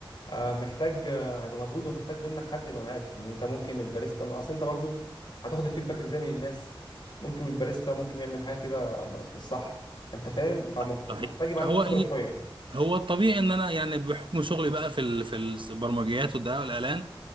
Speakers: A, on the left; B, on the right.
A: آه، محتاج آه، هيبقى مجهود ومحتاج منك حد يبقى معاك لان انت ممكن الباريستا اصل انت برضو هتاخد الفيدباك ازاي من الناس ممكن الباريستا ممكن يعمل حاجه كده مش مش صح انت فاهم فمحتاج
B: صحيح
A: يبقى عندك
B: هو
A: خبره
B: ال...
A: شويه
B: هو الطبيعي ان انا يعني بحكم شغلي بقى في ال... في البرمجيات والدعايه والاعلان